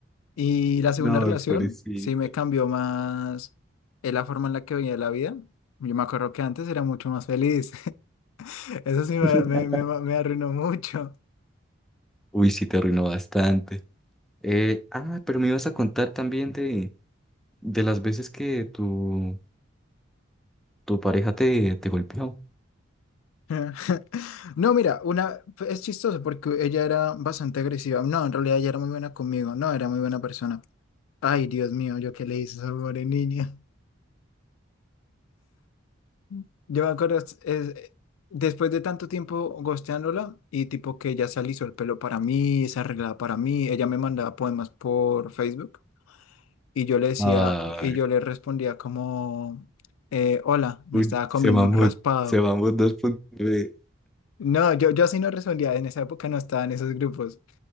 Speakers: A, on the left; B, in the centre.
A: Y la segunda
B: No,
A: relación,
B: pobrecito.
A: sí me cambió más eh, la forma en la que veía la vida. Yo me acuerdo que antes era mucho más feliz, <laughs> eso sí me,
B: <laughs>
A: me, me me arruinó mucho.
B: Uy, sí, te arruinó bastante. Eh, ah, pero me ibas a contar también de, de las veces que tú tu pareja te, te golpeó.
A: <laughs> No, mira, una es chistoso porque ella era bastante agresiva. No, en realidad ella era muy buena conmigo. No, era muy buena persona. Ay, Dios mío, yo qué le hice a esa pobre niña. <laughs> Yo me acuerdo, es- es- después de tanto tiempo gosteándola y tipo que ella se alisó el pelo para mí, se arreglaba para mí, ella me mandaba poemas por Facebook y yo le decía,
B: Ay,
A: y yo le respondía como, eh, hola, me
B: uy,
A: estaba
B: se
A: comiendo
B: mamut,
A: un raspado.
B: se mamut 2.9.
A: No, yo, yo así no respondía, en esa época no estaba en esos grupos.